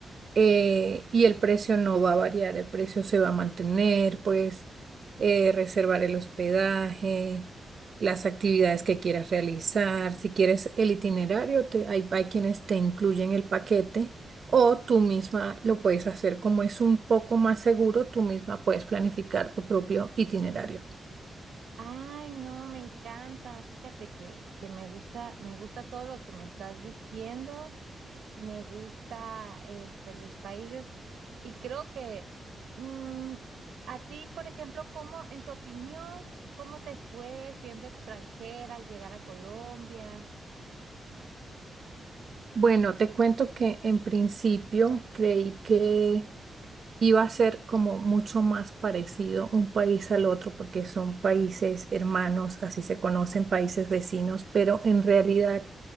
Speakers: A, on the right; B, on the right.
A: eh, y el precio no va a variar, el precio se va a mantener, pues eh, reservar el hospedaje, las actividades que quieras realizar, si quieres el itinerario, te- hay, hay quienes te incluyen el paquete o tú misma lo puedes hacer como es un poco más seguro, tú misma puedes planificar tu propio itinerario.
B: Ay, no, me encanta. Fíjate que, que me gusta, me gusta todo lo que me estás diciendo. me gusta este, los países y creo que mm, a ti, por ejemplo, ¿cómo, en tu opinión, cómo te fue siendo extranjera al llegar a Colombia?
A: Bueno, te cuento que en principio creí que iba a ser como mucho más parecido un país al otro porque son países hermanos, así se conocen países vecinos, pero en realidad,